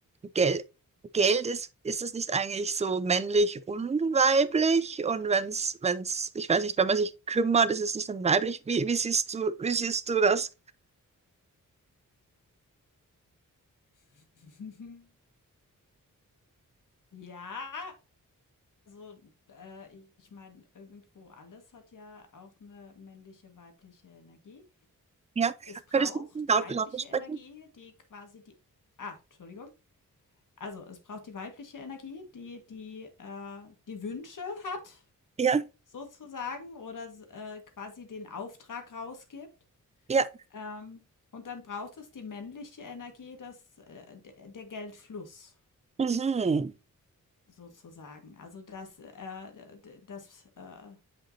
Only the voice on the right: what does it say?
Geld, Geld ist, ist es nicht eigentlich so männlich und weiblich? Und wenn's, wenn's, ich weiß nicht, wenn man sich kümmert, ist es nicht dann weiblich? Wie, wie siehst du, wie siehst du das?
Ja,
könntest du
laut,
lauter sprechen?
Ja.
Ja.
Mhm.